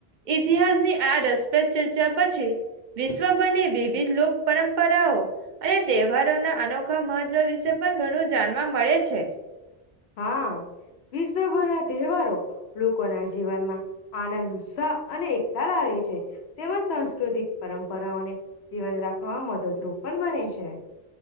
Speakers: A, on the right; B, on the left.
A: ઇતિહાસની આ રસપ્રદ. ચચા પછી વિશ્વ બંને વિ. વિધ લોક પરંપરાઓ. અને તહેવારોના અનોખા મહત્વ વિશે પણ ઘણું જાણવા મળે છે.
B: હા વિશ્વભ ના તહેવારો લોકો ના જીવનમાં. આનંદ ઉત્સાહ અને એકતા લાવે છે તેમજ સાંસ્કૃતિક પરંપરાઓને જીવન રાખવામાં મદદરૂપ પણ બને છે.